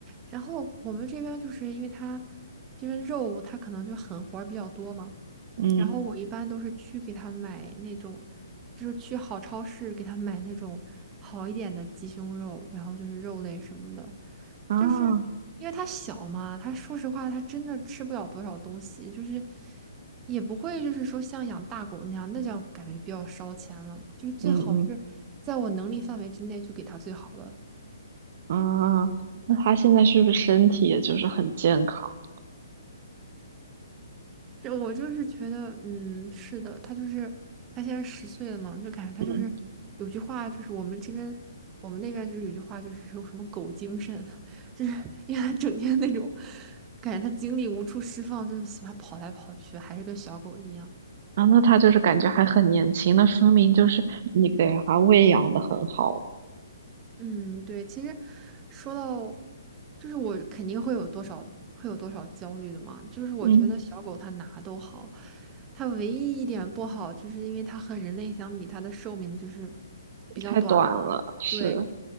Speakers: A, on the right; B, on the right.
A: 然后我们这边就是因为它这边肉它可能就狠活儿比较多嘛。
B: 嗯
A: 然后我一般都是去给他买那种，就是去好超市给他买那种好一点的鸡胸肉，然后就是肉类什么的，
B: 啊，
A: 就是因为它小嘛，它说实话它真的吃不了多少东西，就是也不会就是说像养大狗那样，那叫感觉就比较烧钱了，就是最好就是在我能力范围之内就给它最好的。
B: 嗯嗯。啊，那他现在是不是身体也就是很健康？
A: 是我就是觉得，嗯，是的，他就是他现在十岁了嘛，就感觉他就是有句话，
B: 嗯，
A: 就是我们这边我们那边就是有句话，就是说什么“狗精神”，<laughs> 就是因为他整天那种感觉，他精力无处释放，就是喜欢跑来跑去，还是跟小狗一样。
B: 啊，那他就是感觉还很年轻，那说明就是你给他喂养的很好。
A: 嗯，对，其实说到，就是我肯定会有多少会有多少焦虑的嘛。就是我觉得小狗它哪都好，
B: 嗯，
A: 它唯一一点不好，就是因为它和人类相比，它的寿命就是比较短嘛。
B: 太短了，是。
A: 对，